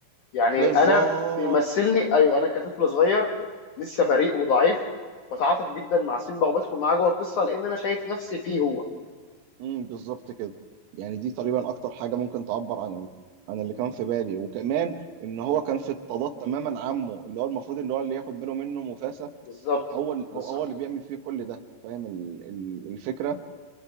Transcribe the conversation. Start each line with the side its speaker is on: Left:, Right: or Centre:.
Left: يعني
Right: بالظبط
Left: انا بيمثلني ايوه انا كطفل صغير لسه بريء وضعيف بتعاطف جدا مع سيمبا وبدخل معاه جوه القصة لان انا شايف نفسي فيه هو
Right: امم بالظبط كده يعني دي تقريبا اكتر حاجه ممكن تعبر عن ال... عن اللي كان في بالي وكمان ان هو كان في اضطهاد تماما عمه اللي هو المفروض ان هو اللي ياخد باله منه مفاسة
Left: بالظبط
Right: هو ال...
Left: بالظبط
Right: هو هو اللي بيعمل فيه كل ده فاهم ال... ال... الفكره